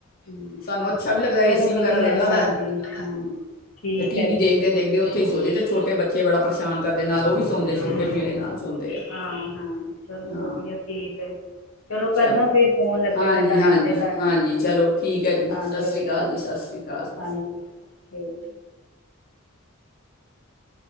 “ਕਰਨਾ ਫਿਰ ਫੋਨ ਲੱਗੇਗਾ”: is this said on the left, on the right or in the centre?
Left